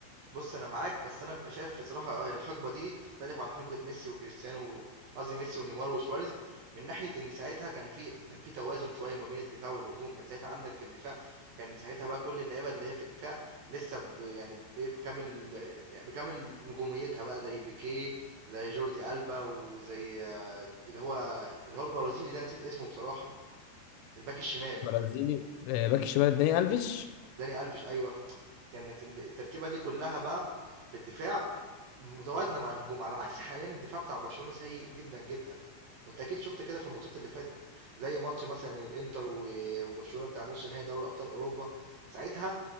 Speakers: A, on the right (about 75°); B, on the left (about 85°).
A: بُص أنا معاك، بس أنا بابقى شايف بصراحة آه، هي الحقبة دي تختلف عن حقبة ميسي وكريستيانو قصدي ميسي ونيمار وسواريز، من ناحية إن ساعتها كان في كان في توازن شوية ما بين الدفاع والهجوم، كان ساعتها عندك في الدفاع كان ساعتها بقى كل اللعيبة اللي هي في الدفاع لسه ب يعني بإيه بكامل يعني بكامل نجوميتها بقى زي بيكيه، زي جوردي ألبا، وزي اللي هو اللي هو البرازيلي ده نسيت اسمه بصراحة، الباك الشمال،
B: برازيلي آه، باك الشمال الداني الفيش
A: داني ألفيش أيوه. كانت ال التركيبة دي كلّها بقى في الدفاع متوازنة مع الهجوم، على عكس حاليًا الدفاع بتاع برشلونة سيء جدًا، جدًا، وأنت أكيد شُفت كده في الماتشات اللي فاتت، زي ماتش مثلًا الإنتر و وبرشلونة بتاع نُص نهائي دوري أبطال أوروبا، ساعتها